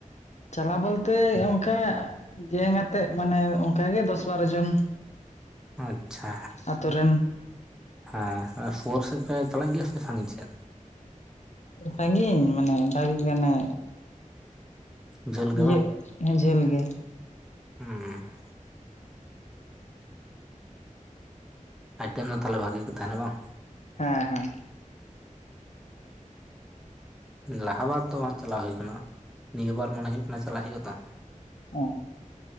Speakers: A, on the left; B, in the centre.
A: ᱪᱟᱞᱟᱣ ᱵᱚᱞᱛᱮ ᱚᱱᱠᱟ ᱜᱮᱝ ᱟᱛᱮᱜ, ᱢᱟᱱᱮ ᱚᱱᱠ ᱜᱮ ᱫᱚᱥ ᱵᱟᱨᱚ ᱡᱚᱱ
B: ᱟᱪᱪᱷᱟ,
A: ᱟᱛᱳ ᱨᱮᱱ
B: ᱦᱮᱸ ᱯᱷᱳᱨ ᱥᱮᱫ ᱯᱮ ᱪᱟᱞᱟᱜ ᱜᱮᱭᱟ ᱥᱮ ᱥᱟᱺᱜᱤᱧ ᱥᱮᱫ?
A: ᱥᱟᱺᱜᱤᱧ ᱢᱟᱱᱮ ᱵᱷᱟᱜᱤ ᱜᱟᱱᱮ
B: ᱡᱷᱟᱹᱞ ᱜᱮ
A: ᱤᱭᱟᱹ ᱮᱸ ᱡᱷᱟᱹᱞ ᱜᱮ
B: ᱩᱸᱻ ᱟᱭᱴᱮᱢ ᱫᱚ ᱛᱟᱦᱚᱞᱮ ᱵᱷᱟᱜᱤ ᱜᱮ ᱛᱟᱦᱮᱱᱟ ᱵᱟᱝ,
A: ᱦᱮᱸ ᱦᱮᱸ
B: ᱞᱟᱦᱟ ᱵᱟᱨ ᱫᱚ ᱵᱟᱝ ᱪᱟᱞᱟᱣ ᱦᱩᱭ ᱠᱟᱱᱟ᱾ᱱᱤᱭᱟᱹ ᱵᱟᱨ ᱢᱚᱱᱮ ᱦᱩᱭᱩᱜ ᱠᱟᱱᱟ ᱪᱟᱞᱟᱜ ᱦᱩᱭᱩᱜᱼᱟ ᱛᱚ,
A: ᱚᱻ